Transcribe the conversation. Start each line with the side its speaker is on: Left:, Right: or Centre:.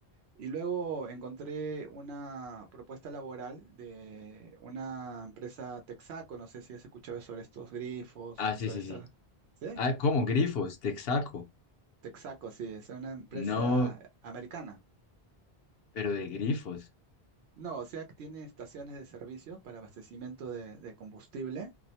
Right: Y luego encontré una propuesta laboral de una empresa Texaco, no sé si has escuchado sobre estos grifos,
Left: Ah, sí,
Right: sobre
Left: sí,
Right: esta...
Left: sí.
Right: ¿Sí?
Left: Ah, ¿cómo? Grifos, Texaco.
Right: Texaco, sí, es una empresa
Left: No,
Right: americana.
Left: pero de grifos.
Right: No, o sea que tiene estaciones de servicio para abastecimiento de, de combustible.